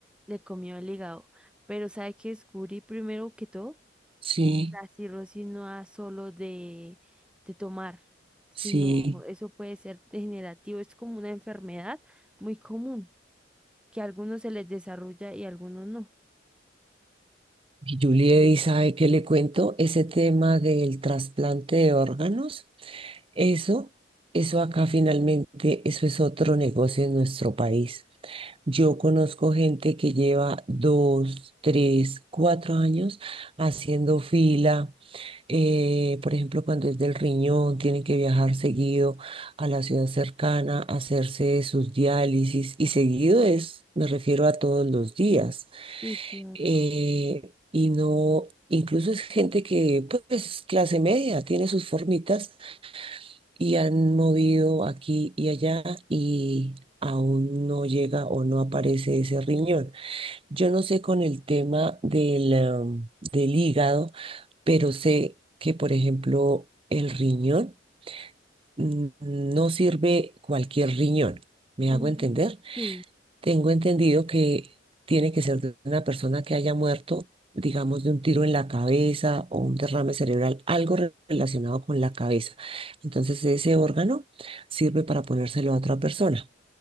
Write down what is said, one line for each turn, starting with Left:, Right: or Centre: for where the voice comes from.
Centre: le comió el hígado. Pero ¿sabe qué descubrí primero que todo?
Right: sí,
Centre: La cirrosis no es solo de, de tomar, sino
Right: sí.
Centre: eso puede ser degenerativo. Es como una enfermedad muy común. que a algunos se les desarrolla y a algunos no.
Right: Y Juliet, ¿y sabe qué le cuento? Ese tema del trasplante de órganos, eso, eso acá finalmente, eso es otro negocio en nuestro país. Yo
Centre: Sí,
Right: conozco gente que lleva dos, tres, cuatro años haciendo fila. eh, por ejemplo, cuando es del riñón, tienen que viajar seguido a la ciudad cercana, hacerse sus diálisis y seguido es, me refiero a todos los días.
Centre: sí, claro.
Right: eh, y no, incluso es gente que pues es clase media, tiene sus formitas y han movido aquí y allá y aún no llega o no aparece ese riñón. Yo no sé con el tema del, em, del hígado, pero sé que, por ejemplo, el riñón mm, no sirve cualquier riñón. ¿Me
Centre: Ujú,
Right: hago entender?
Centre: Sí,
Right: Tengo entendido que tiene que ser de una persona que haya muerto, digamos, de un tiro en la cabeza o un derrame cerebral, algo re- relacionado con la cabeza. Entonces, ese órgano sirve para ponérselo a otra persona.